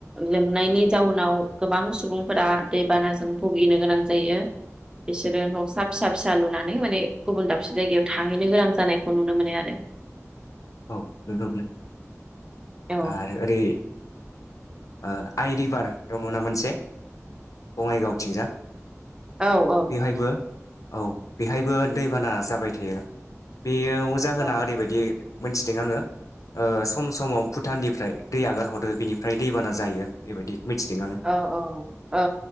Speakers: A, on the right; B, on the left.
A: लोमनायनि जाउनाव गोबां सुबुंफोरा दैबानाजों भुगिनो गोनां जायो बिसोरो नसा फिसा फिसा लुनानै माने गुबुन दाबसे जायगायाव थाहैनो गोनां जानायखौ नुनो मोनो आरो।
B: औ <unintelligible>
A: औ
B: आरो ओरै ओ आइ रिभार दङ ना मोनसे बङाइगावथिंजा
A: औ औ
B: बेवहायबो औ बेहायबो दैबाना जाबाय थायो बेयो अ जाहोना
A: औ
B: ओरैबायदि मोनथिदों आङो ओ सम समाव भुटाननिफ्राय दै आगार हरो बेनिफ्राय दैबाना जायो बेबायदि मिथिदों आङो
A: औ औ औ